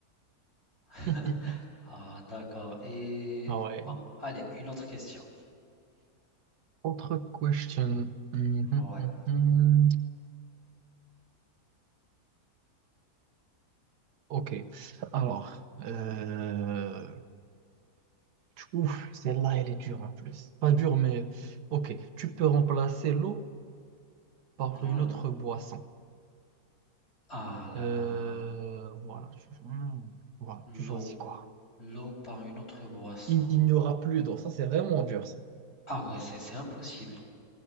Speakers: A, on the left; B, on the right.
A: <laughs>
B: <laughs>
A: Ah d'accord. Et
B: Ah ouais.
A: bon, allez, une autre question.
B: Autre question. <laughs> Hum, hum,
A: Ouais.
B: hum, hum. Ok. Alors. euh, Ouf, celle-là, elle est dure en plus. Pas dure, mais ok. Tu peux remplacer l'eau par
A: Ouais.
B: une autre boisson.
A: Ah là
B: Euh,
A: là.
B: Voilà. Tu... hum, Voilà.
A: L'eau.
B: Tu choisis quoi?
A: L'eau par une autre boisson.
B: Il, il n'y aura plus d'eau. Ça, c'est vraiment dur. ça.
A: Ah ouais, c'est c'est impossible.